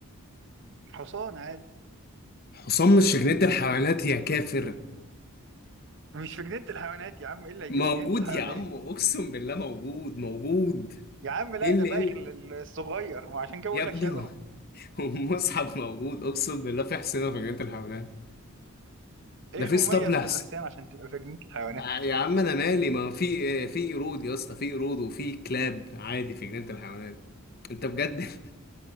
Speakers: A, on the right (about 55°); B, on the left (about 45°).
A: حصان عادي
B: حصان مش في جنينة الحيوانات يا كافر
A: مش في جنينة الحيوانات يا عم ايه اللي هيجيبه
B: موجود
A: جنينة الحيوانات
B: يا عم اقسم بالله موجود موجود
A: يا عم لا
B: ايه اللي
A: ده باغي
B: ايه اللي
A: الصغير ما عشان كده بقول
B: يا ابني
A: لك شبهه
B: هو هو المصحف موجود اقسم بالله في حصينه في جنينه الحيوانات
A: ايه
B: ده في
A: المميز
B: اسطبل احسن
A: في الحصان عشان تبقى في جنينة الحيوانات
B: آه، يا عم انا مالي ما في إيه؟ في قرود يا اسطى في قرود وفي كلاب عادي في جنينه الحيوانات انت بجد <laughs>